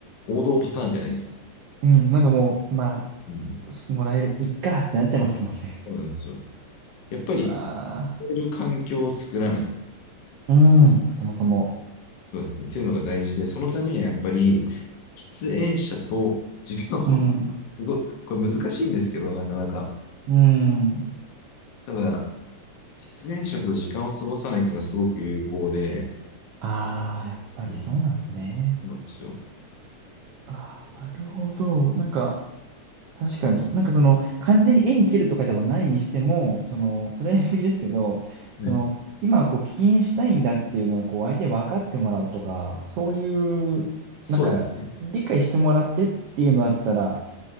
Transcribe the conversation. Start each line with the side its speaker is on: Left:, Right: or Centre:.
Left: 王道パターンじゃないですか。
Right: ー、うん、なんかもう、ま
Left: うん。
Right: あ、すもらえる、いっかってなっちゃいますもんね。
Left: そうなんですよ。やっぱり、
Right: <laughs> うわ
Left: 吸る環境を作らない。
Right: ー、うん、そもそも。
Left: そうですね。っていうのが大事で、そのためにはやっぱり、喫煙者と時間を、
Right: うん、
Left: <laughs> すごい、これ難しいんですけど、なかなか。
Right: うん。
Left: ただ、喫煙者と時間を過ごさないっていうのはすごく有効で、
Right: ああ、やっぱりそうなんですね。
Left: うん、そうなんですよ。
Right: ああ、なるほど。なんか、確かに。なんかその、完全に縁切るとかではないにしても、その、それはやりすぎですけど、
Left: ね、
Right: その、今、こう、起因したいんだっていうのを、こう、相手に分かってもらうとか、そういう、
Left: そうですね。
Right: なんか、理解してもらってっていうのだったら、